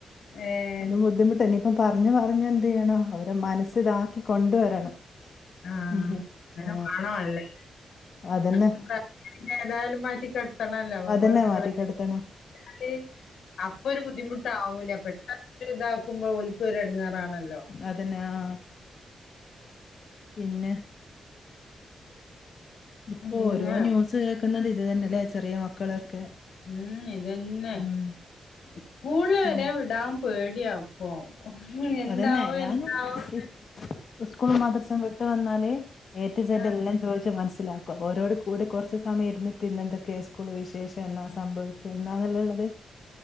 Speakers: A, on the left; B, on the left.
A: ഏഹ്
B: അത് ബുദ്ധിമുട്ട് തന്നെയാ പറഞ്ഞ് പറഞ്ഞ് എന്ത് ചെയ്യണം അവരെ മനസ്സലാക്കി കൊണ്ടുവരണം
A: ആഹ്
B: ഉം
A: അങ്ങനെ
B: ആ,
A: മാണോ അല്ലേ
B: അതന്നെ
A: പിന്നെ ഏതായാലും മാറ്റി കിടത്തണല്ലോ നമ്മളിപ്പളെ
B: അതന്നെ മാറ്റി കിടത്തണം
A: <unintelligible> അപ്പൊ ഒരു ബുദ്ധിമുട്ടാവൂല പെട്ടെന്ന് <unintelligible> ഇതാക്ക്മ്പോ ഓല്ക്കൊരു എടങ്ങാറാണല്ലോ
B: അതെന്നെ ആഹ് ആഹ് ആഹ് പിന്നെ ഇപ്പൊ
A: തന്നെ.
B: ഓരോ ന്യൂസ് കേക്ക്ന്നത് ഇത് തന്നെല്ലേ ചെറിയ മക്കളൊക്കെ
A: ഉം ഇതെന്നെ
B: ഉം
A: സ്കൂള്ല്
B: പിന്നെ
A: വരെ വിടാം പേടിയാ ഇപ്പൊ എന്താവും
B: അതന്നെ ഞാനും
A: എന്താവും
B: ഉ ഉസ്കൂളും മദ്രസ്സും വി ട്ട് വന്നാല് ഏ ടു സെഡ്
A: ആഹ്
B: എല്ലേം ചോയിച്ച് മനസ്സിലാക്കാ ഓരോട്ക്കൂടി കൊറച്ച് സമയം ഇരിന്നിട്ട് ഇന്ന് എന്തെക്കെയാ സ്കൂള് വിശേഷം എന്നാ സംഭവി തിന്നാന്ന്ള്ളെ ഇള്ളത്